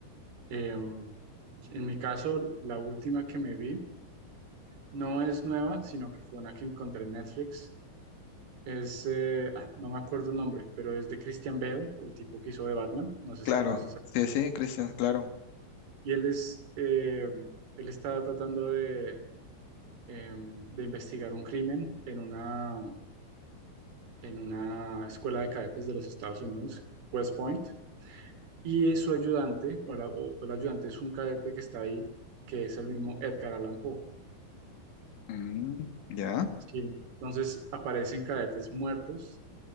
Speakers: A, on the right; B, on the left.
A: Em, en mi caso, la última que me vi. No es nueva, sino que fue una que encontré en Netflix. Es, eh, ah, no me acuerdo el nombre, pero es de Christian Bale, el tipo que hizo de Batman. No sé
B: claro,
A: si conoces. a- él.
B: sí, sí, Cristian, claro.
A: Y él es, eh, él está tratando de, eh, de investigar un crimen en una, en una escuela de cadetes de los Estados Unidos, West Point. Y es su ayudante, o, la- o- o el ayudante es un cadete que está ahí, que es el mismo Edgar Allan Poe.
B: Mm, ya,
A: Sí. Entonces aparecen cadetes muertos